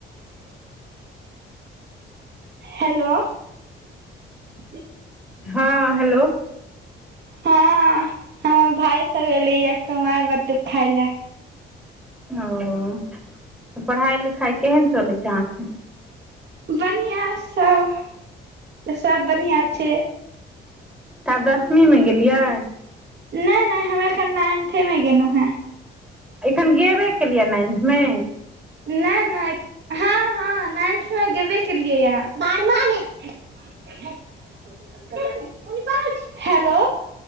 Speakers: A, on the right; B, in the centre.
A: हेलो <unintelligible>
B: हँ हेलो
A: हँ हमर भाय सब एलै यए कुमारि बटुक खाय लए।
B: ओ पढ़ाइ, लिखाइ केहेन चलै छै अहाँके
A: बढ़ियां सऽ, सब बढ़ियां छै।
B: त आब दसमीमे गेलियै।
A: नहि-नहि हम एखन नाइन्थे में गेलहुँ हैं।
B: एखन गेबे केलियै नाइन्थमे।
A: नहि-नहि हँ-हँ नाइन्थ मे गेबे केलियै यऽ। बारमां में <unintelligible> हैलो।